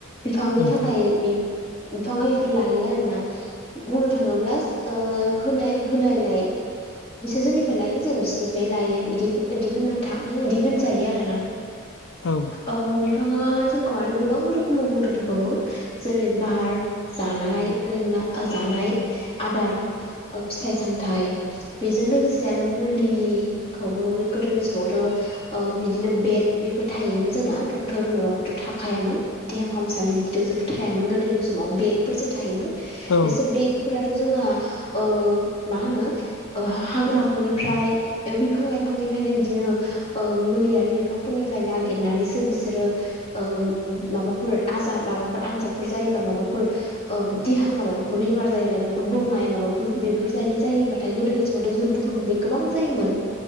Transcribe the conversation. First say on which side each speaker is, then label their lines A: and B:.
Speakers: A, on the left; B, on the left.
A: बिफांनि
B: नोंथां
A: थाखाय
B: औ नोंथां
A: बि बिफाङा इखौ लायो आरोना। बुंनो थाङोब्ला ओ होनाय होलायनाय बिसोर जोंनिफ्राय लायो जों बिसोरनिफ्राय लायो इदि इदि होननो थाङो इदि होनजायो आरो ना?
B: औ।
A: ओ बिफाङा जोंखौ आरो गोबां रोखोमाव मदद होबावो जेरै बार जानाय लोंना ओ जानाय आदार ओ फिथाइ सामथाइ बेजों लोगोसे आरो मुलिखौबो गोदोनि समावथ' ओ बिदिनो बेड बेफोर थायोमोन जोंना डक्ट बेफोर माबाफोरथ' थाखायामोन देहा फाहामसालि बिदिथ' जेबो थायामोन गोदोनि समाव बेदफोरसो थायोमोन। बिसोर
B: औ
A: बिडफोराथ' जोंना ओ मा होनो ओ हा-हाग्राफोरनिफ्राय ओ बिफां लाइफांनि ओमफायनो बिदिनो ओ मुलियारि बिफांफोरनिफ्राय नागिरनानैसो बिसोरो ओ माबाफोर आजाद माबाफोर आनजादफोर जायोबा माबाफोर ओ देहाफ्राव माबाफोर बेमार जायो माफोर बौनाय माबाफोर बेफोरबायदि जायो बाथाय गोदोनि समावथ' जुद्दुफोरबो बे गोबां जायोमोन।